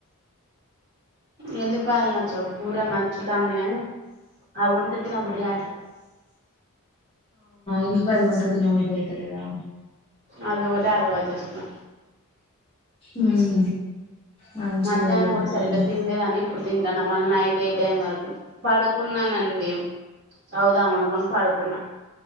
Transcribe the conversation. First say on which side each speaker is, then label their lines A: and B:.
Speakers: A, on the right (about 55°); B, on the left (about 25°).
A: ఏల్లిపాయలు నచ్చవ్ కురా నచ్చుతాంది కానీ అవి ఉంటే తినబుద్ధి కాట్లే
B: ఉల్లిపాయలు ఉంటె తినబుద్ధి అయితలేదా
A: అది ఒకటే అలవాటుచేసుకున్న
B: ఉహు మంచిదేలేండి
A: మధ్యాహ్నం కూడా సరిగ్గా తిన్లేదని తింటాన మళ్ళీ నైట్ ఏ టైం వరకు పడుకున్నానండి చదువుదామనుకొని పడుకున్నా